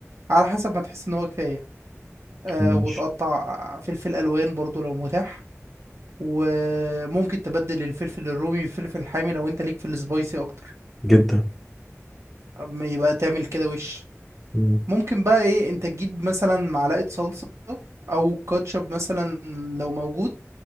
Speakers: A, on the right (about 60°); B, in the centre.
A: على حسب ما تحس ان هو كفاية أه
B: ماشي
A: وتقطع فلفل الوان برضو لو متاح وممكن تبدل الفلفل الرومي بفلفل حامي لو انت ليك في السبايسي اكتر
B: جدا
A: اما يبقى تعمل كده وش
B: مم.
A: ممكن بقى ايه انت تجيب مثلا معلقة صلصة او كاتشب مثلا لو موجود